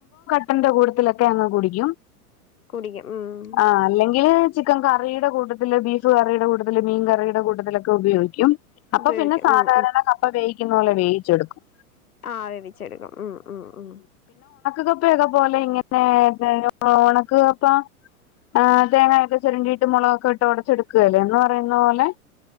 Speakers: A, on the left (about 30°); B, on the left (about 65°).
A: പ്പന്റെ കൂട്ത്തിലൊക്കെ അങ്ങ് കുടിക്കും
B: കുടിക്ക്യും മ്മ്
A: ആ അല്ലെങ്കിൽ ചിക്കൻ കറിയുടെ കൂട്ടത്തില് ബീഫ് കറിയുടെ കൂട്ടത്തിൽ മീൻ കറിയുടെ കൂട്ടത്തിലൊക്കെ ഉപയോഗിക്കും അപ്പൊ
B: ഉപയോഗിക്കും
A: പിന്നെ സാധാരണ
B: ഉം
A: കപ്പ വേവിക്കു ന്നോലെ വേയിച്ചെടുക്കും
B: ആ വേവിച്ചെടുക്കും ഉം ഉം ഉം
A: കപ്പയൊക്ക പോലെ ഇങ്ങനെ <inaudible> ഒണക്ക് കപ്പ ആ തേങ്ങാ ഒക്കെ ചെരണ്ടീട്ട് മൊളകൊക്കെ ഇട്ട് ഒടച്ച് എടുക്കുവേലേ എന്ന് പറയുന്ന പോലെ